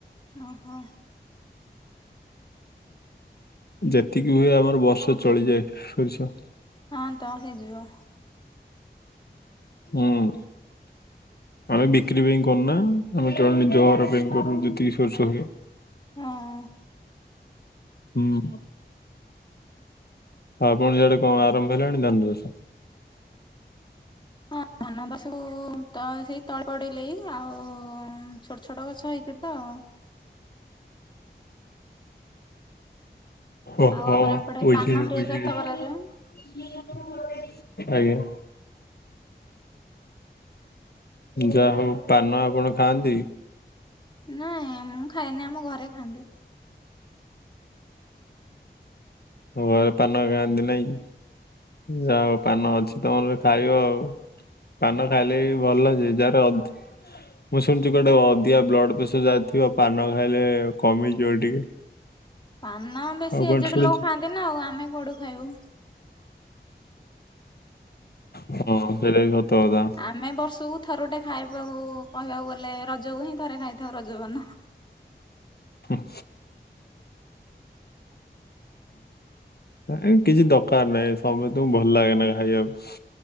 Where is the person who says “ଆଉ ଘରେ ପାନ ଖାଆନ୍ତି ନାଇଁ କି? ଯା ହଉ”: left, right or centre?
Left